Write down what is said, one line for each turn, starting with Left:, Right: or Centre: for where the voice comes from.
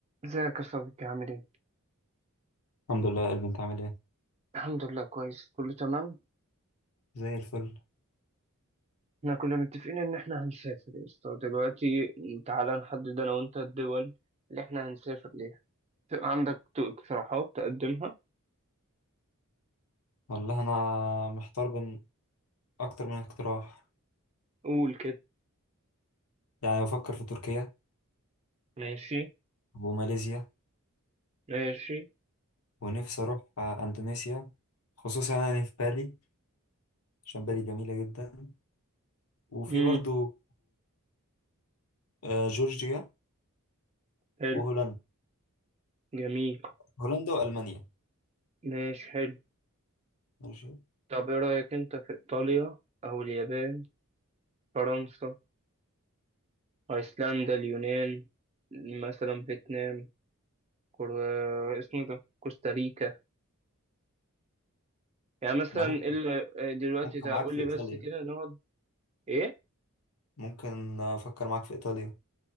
Right: ازيك يا صديقي عامل ايه؟
Left: الحمد لله يا قلبي انت عامل ايه
Right: الحمد لله كويس كله تمام
Left: زي الفل
Right: احنا كنا متفقين ان احنا هنسافر يا اسطى دلوقتي تعالى نحدد انا وانت الدول اللي احنا هنسافر ليها ت- عندك ت- اقتراحات تقدمها
Left: والله انا محتار بين اكتر من اقتراح
Right: قول كده
Left: يعني بفكر في تركيا
Right: ماشي
Left: وماليزيا
Right: ماشي
Left: ونفسي اروح آه، اندونيسيا خصوصا يعني في بالي عشان بالي جميلة جدا وفي
Right: امم
Left: برضو آه، جورجيا
Right: حلو
Left: وهولندا
Right: جميل
Left: هولندا والمانيا
Right: ماشي حلو
Left: ماشي
Right: طب ايه رأيك انت في ايطاليا او اليابان فرنسا ايسلندا اليونان مثلا فيتنام كور... اسمه ده كوستاريكا يعني مثلا
Left: انا ممكن
Right: ال- دلوقتي
Left: ممكن
Right: تقول
Left: معاك في
Right: لي
Left: ايطاليا
Right: بس كده نقعد ايه
Left: ممكن افكر معاك في ايطاليا